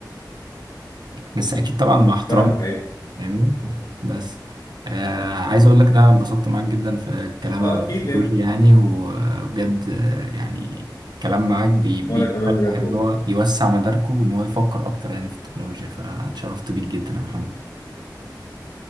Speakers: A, on the right; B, on the left.
A: بس أكيد طبعا مع احترام
B: فاهمك ايوه
A: فاهمني بس آه عايز اقول لك لا انبسطت معاك جدا في الكلام
B: اه
A: عن
B: اكيد
A: التكنولوجيا
B: يعني
A: يعني وبجد آه، يعني الكلام معاك بي- بيخلي
B: وانا كمان بجد
A: الواحد ان
B: والله
A: هو يوسع مداركه وان هو يفكر اكتر يعني في التكنولوجيا فاتشرفت بيك جدا يا محمد